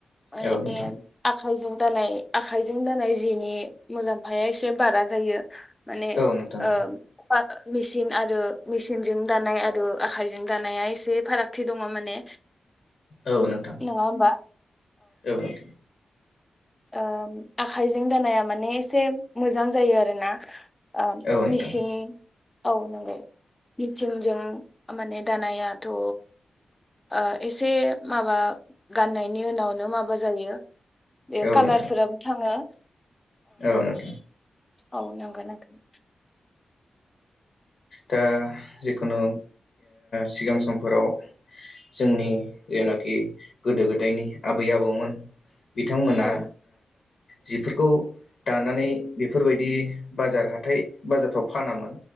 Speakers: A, on the left (about 20°); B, on the left (about 75°).
A: माने
B: औ नोंथां
A: आखाइजों दानाय आखाइजों दानाय। जिनि मुलाम्फाया एसे बारा जायो। माने
B: औ नोंथां
A: ओ। मेसिन आरो मेसिनजों दानाय आरो आखायजों दानाया एसे फारागथि दङ माने
B: औ नोंथां
A: नङा होमबा
B: औ नोंथां।
A: ओ आखाइजों दानाया माने एसे मोजां जायो आरोना ओ
B: औ नोंथां
A: मेसिननि औ नंगौ मिसिनजों माने दानायाथ ओ एसे माबा गाननायनि उनावनो माबा जायो बेयाव
B: औ
A: कालारफोराबो
B: नोंथां
A: थाङो
B: औ नग
A: औ नंांगोन नांगोन
B: दा जिखुनु सिगां समफोराव जोंनि जेनाखि गोदो गोदायनि आबै आबौमोन बिथांमोना
A: औ
B: जिफोरखौ दानानै बेफोरबायदि बाजार हााइ बाजारफ्राव फानामोन